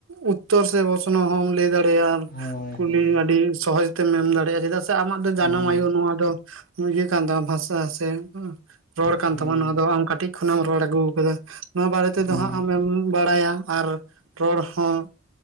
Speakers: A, on the right; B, on the left.
A: ᱩᱛᱛᱚᱨ ᱥᱮ ᱵᱚᱥᱱᱚ ᱦᱚᱢ ᱞᱟᱹᱭ ᱫᱟᱲᱮᱭᱟᱜᱼᱟ
B: ᱦᱳᱭ
A: ᱠᱩᱞᱤ
B: ᱦᱳᱭ
A: ᱟᱹᱰᱤ ᱥᱚᱦᱚᱡᱽ ᱛᱮᱢ ᱮᱢ ᱫᱟᱲᱮᱭᱟᱜᱼᱟ ᱪᱮᱫᱟᱜ ᱥᱮ ᱟᱢᱟᱜ ᱫᱚ ᱡᱟᱱᱟᱢ
B: ᱦᱮᱸ
A: ᱟᱭᱳ ᱱᱚᱣᱟ ᱫᱚ ᱤᱭᱟᱹ ᱠᱟᱱ ᱛᱟᱢᱟ ᱵᱷᱟᱥᱟ ᱥᱮ ᱨᱚᱲ ᱠᱟᱱ
B: ᱦᱮᱸ
A: ᱛᱟᱢᱟ ᱱᱚᱣᱟ ᱫᱚ ᱟᱢ ᱠᱟᱹᱴᱤᱡ ᱠᱷᱚᱱᱮᱢ ᱨᱚᱲ ᱟᱹᱜᱩ ᱟᱠᱟᱫᱟ ᱱᱚᱣᱟ ᱵᱟᱨᱮ ᱛᱮᱫᱚ
B: ᱦᱮᱸ
A: ᱦᱟᱸᱜ ᱟᱢᱮᱢ ᱵᱟᱲᱟᱭᱟ ᱟᱨ ᱨᱚᱲ ᱦᱚᱸ